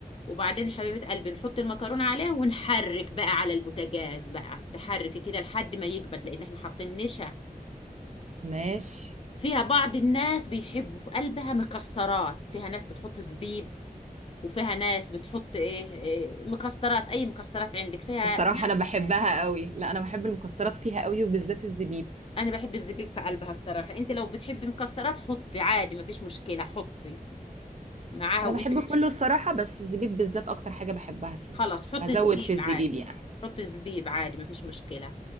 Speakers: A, on the left; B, on the right.
A: وبعدين يا حبيبة قلبي نحط المكرونة عليه ونحرك بقى على البوتاجاز بقى تحرك كده لحد ما يجمد لأن احنا حاطين نشا
B: ماشي
A: فيها بعض الناس بيحبوا في قلبها مكسرات فيها ناس بتحط زبيب وفيها ناس بتحط ايه, إيه مكسرات اي مكسرات عندك فيها
B: الصراحة
A: ناس
B: أنا بحبها قوي لا أنا بحب المكسرات فيها قوي وبالذات الزبيب
A: انا بحب الزبيب في قلبها الصراحه انت لو بتحبي مكسرات حطي عادي مفيش مشكله حطي معاها
B: أنا
A: وانت
B: بحب
A: بتحبي
B: كله الصراحة بس الزبيب بالذات أكتر حاجة بحبها فيهم
A: خلاص حطي
B: هزود
A: زبيب
B: في الزبيب
A: عادي
B: يعني
A: حطي زبيب عادي مفيش مشكله